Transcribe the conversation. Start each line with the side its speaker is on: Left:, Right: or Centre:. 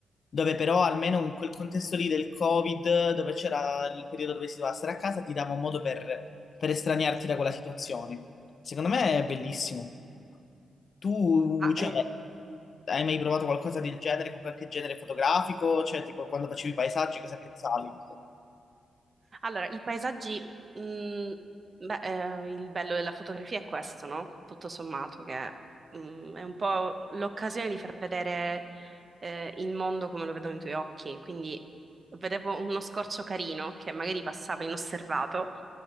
Left: dove però almeno in quel contesto lì del Covid, dove c'era il periodo dove si doveva stare a casa, ti dava un modo per per estraniarti da quella situazione. Secondo me è bellissimo. Tu,
Right: Ah,
Left: cioè,
Right: eh.
Left: hai mai provato qualcosa del genere con qualche genere fotografico? Cioè, tipo, quando facevi i paesaggi, cosa pensavi?
Right: Allora, i paesaggi, mh, beh, eh, il bello della fotografia è questo, no? Tutto sommato, che mh, è un po' l'occasione di far vedere eh, il mondo come lo vedono i tuoi occhi. Quindi vedevo uno scorcio carino che magari passava inosservato,